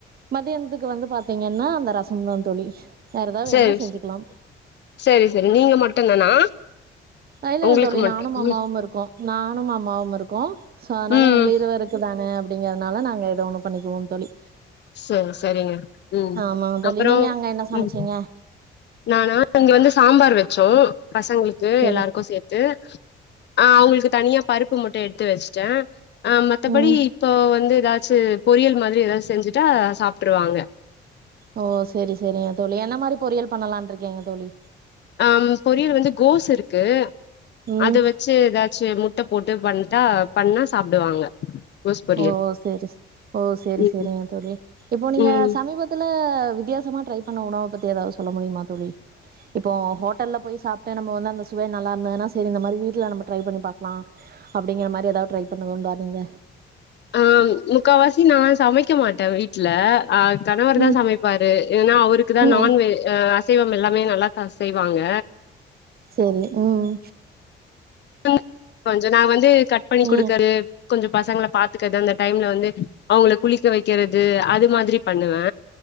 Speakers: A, on the right; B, on the left.
A: மதியானத்துக்கு வந்து பாத்தீங்கன்னா அந்த ரசம் தா தோழி வேற ஏதாவது
B: சேரி
A: வேணுன்னா செஞ்சுக்கலாம்
B: சேரி சேரி நீங்க மட்டு தானா
A: இல்லேங்க
B: உங்களுக்கு
A: தோழி
B: மட்டும்
A: நானு அம்மாவு
B: ம்
A: இருக்கோ நானு அம்மாவு இருக்கோ சோ அதனால
B: ம்
A: எங்க இருவருக்கு தான அப்டிங்கிறதுனால நாங்க ஏதோ ஒண்ணு பண்ணிக்குவோ தோழி
B: சே சேரிங்க ம்
A: ஆமாங்க தோழி
B: அப்புறோ
A: நீங்க அங்க என்ன சமச்சீங்க
B: ம் நானா இங்க வந்து சாம்பார் வச்சோ பசங்களுக்கு
A: செரி
B: எல்லாருக்கு சேத் து ஆஹ் அவுங்களுக்கு தனியா பருப்பு மட்டும் எடுத்து வச்சிட்டே அஹ் மத்தபடி
A: ம்
B: இப்போ வந்து ஏதாச்சு பொரியல் மாரி ஏதாச்சுசெஞ்சுட்டா சாப்ட்டுருவாங்க
A: ஓ சேரி சேரிங்க தோழி என்ன மாரி பொரியல் பண்ணலானு இருக்கீங்க தோழி
B: அம் பொரியல் வந்து கோஸ் இருக்கு
A: ம்
B: அத வச்சு ஏதாச்சு முட்ட போட்டு பண்ட்டா பண்ணா சாப்டுவாங்க கோஸ் பொரியல்
A: ஓ சேரி ஓ சேரி
B: ம்
A: சேரிங்க தோழி இப்போ நீங்க
B: ம்
A: சமீபத்து துல வித்தியாசமா ட்ரை பண்ண உணவ பத்தி ஏதாவது சொல்ல முடியுமா தோழி இப்போ ஹோட்டல்ல போய் சாப்ட்டு நம்ம வந்து அந்த சுவை நல்லா இருந்ததுன்னா சேரி இந்த மாரி வீட்ல நம்ம ட்ரை பண்ணி பாக்கலா அப்டிங்கிற மாரி எதாவது ட்ரை பண்ணதுண்டா நீங்க
B: ஆஹ் முக்காவாசி நா சமைக்க மாட்டே வீட்ல ஆஹ் கணவர் தா
A: ம்
B: சமைப்பாரு ஏன்னா கணவர் தா சமப்பாரு ஏன அவருக்கு தா
A: ஓ
B: நான்வெ ஆஹ் அசைவம் எல்லாமே நல்லாதா செய்வாங்க
A: சேரி ம்
B: <unintelligible> கொஞ்சோ நா வந்து கட் பண்ணி குடுக்குறது
A: ம்
B: கொஞ்சோ பசங்கள பாத்துக்கது அந்த டைம்ல வந்து அவுங்கள குளிக்க வைக்கிறது அது மாரி பண்ணுவே